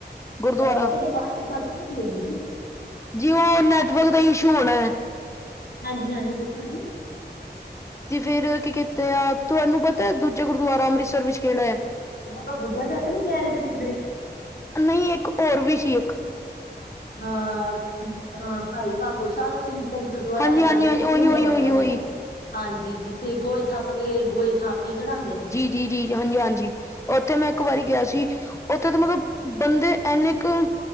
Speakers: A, on the left; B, on the left.
A: ਗੁਰਦੁਆਰਾ?
B: ਤੁਹਾਡੀ ਆਵਾਜ਼ ਘੱਟ ਘਟ ਰਹੀਆ ਵੀਰ ਜੀ।
A: ਜੀ, ਉਹ ਨੈਟਵਰਕ ਦਾ ਇਸ਼ੂ ਹੋਣਾ ਹੈ।
B: ਹਾਂਜੀ, ਹਾਂਜੀ, ਦੱਸੋ ਜੀ।
A: ਤੇ ਫੇਰ ਕੀ ਕੀਤੇ ਆ, ਤੁਹਾਨੂੰ ਪਤਾ ਦੂਜਾ ਗੁਰਦੁਆਰਾ ਅੰਮ੍ਰਿਤਸਰ ਵਿੱਚ ਕਿਹੜਾ ਹੈ?
B: ਉਹ ਬਾਬਾ ਬੁੱਢਾ ਸਾਹਿਬ ਨਹੀਂ ਰਹੇ ਹੋ ਤੁਸੀ ਕਿਧਰੇ?
A: ਨਹੀਂ, ਇੱਕ ਹੋਰ ਵੀ ਸੀ ਇੱਕ।
B: ਆ, ਹਾਂ, ਭਾਈ ਭਾਗੋ ਸ਼ਾਲੋ ਸਿੰਘ ਜੀ ਦਾ ਵੀ ਗੁਰਦੁਆਰਾ
A: ਹਾਂਜੀ
B: ਹੈਗਾ
A: ਹਾਂਜੀ
B: ਇਹਦੇ
A: ਹਾਂਜੀ
B: ਚੋ
A: ਉਹੀ
B: ਖੂਹ ਜਿਆ
A: ਉਹੀ
B: ਬਣਿਆ
A: ਉਹੀ
B: ਹੋਇਆ
A: ਉਹੀ
B: ਹਾਂਜੀ ਜਿੱਥੇ ਗੋਏ ਥੱਪ ਕੇ ਗੋਏ ਥਾਪ ਕੀ ਚੜਾਂਦੇ
A: ਜੀ, ਜੀ, ਜੀ ਹਾਂਜੀ, ਹਾਂਜੀ ਉੱਥੇ ਮੈਂ ਇੱਕ ਵਾਰੀ ਗਿਆ ਸੀ, ਉੱਥੇ ਤਾਂ ਮਤਲਬ ਬੰਦੇ ਇੰਨੇ ਕ